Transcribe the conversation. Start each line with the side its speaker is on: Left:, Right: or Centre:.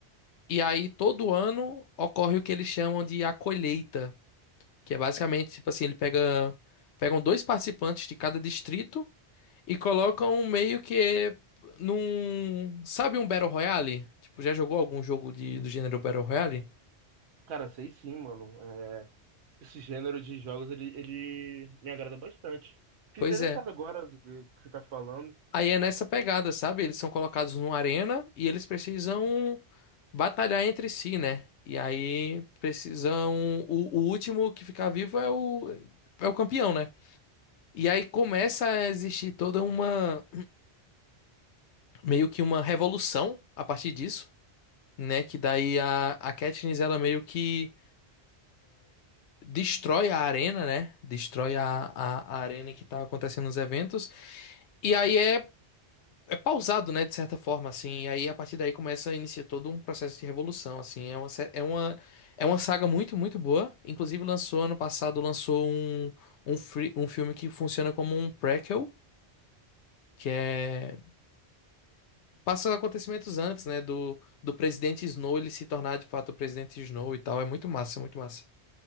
Left: E aí todo ano ocorre o que eles chamam de a colheita, que é basicamente tipo assim, ele pega pegam dois participantes de cada distrito e colocam meio que num, sabe um Battle Royale? Tipo, já jogou algum jogo de, do gênero Battle Royale?
Right: Cara, sei sim, mano. É, Esse gênero de jogos, ele, ele me agrada bastante. Fiquei
Left: Pois
Right: interessado
Left: é.
Right: agora do que que você tá falando.
Left: Aí é nessa pegada, sabe? Eles são colocados numa arena e eles precisam batalhar entre si, né? E aí precisam. O, o último que ficar vivo é o, é o campeão, né? E aí começa a existir toda uma. <clears throat> Meio que uma revolução a partir disso, né? Que daí a, a Katniss, ela meio que destrói a arena, né? Destrói a, a, a arena que tá acontecendo nos eventos. E aí é é pausado, né, de certa forma, assim, e aí a partir daí começa a iniciar todo um processo de revolução, assim, é uma, sé- é uma, é uma saga muito, muito boa, inclusive lançou ano passado, lançou um, um, free- um filme que funciona como um prequel, que é, passa acontecimentos antes, né, do, do presidente Snow, ele se tornar de fato o presidente Snow e tal, é muito massa, muito massa.